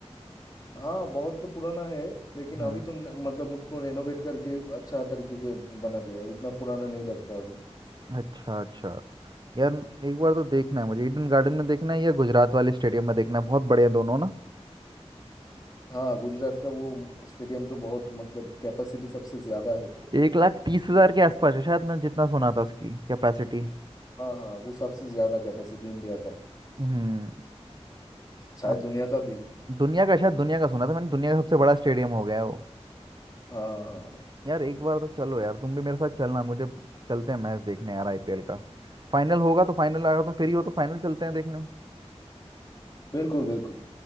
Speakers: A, on the left; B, on the right.
A: हाँ बहुत तो पुराना है लेकिन
B: हम्म
A: अभी तो न- मतलब उनको रेनोवेट करके अच्छा तरीके के बना दिया है उतना पुराना नहीं लगता अभी
B: अच्छा अच्छा यार एक बार तो देखना है मुझे ईडन गार्डन में देखना है या गुजरात वाले स्टेडियम में देखना है बहुत बढ़िया दोनों ना
A: हाँ गुजरात का वो स्टेडियम तो बहुत मतलब कैपेसिटी सबसे ज्यादा है
B: एक लाख तीस हजार के आसपास है शायद मैंने जितना सुना था उसकी कैपेसिटी
A: हाँ हाँ वो सबसे ज्यादा कैपेसिटी इंडिया का
B: हम्म
A: शायद
B: अब
A: दुनिया का भी
B: दुनिया का शायद दुनिया का सुना था मैंने दुनिया का सबसे बड़ा स्टेडियम हो गया है वो
A: हाँ हाँ
B: यार एक बार तो चलो यार तुम भी मेरे साथ चलना मुझे चलते हैं मैच देखने यार आईपीएल का फाइनल होगा तो फाइनल अगर तुम फ्री हो तो फाइनल चलते हैं देखने
A: बिल्कुल बिल्कुल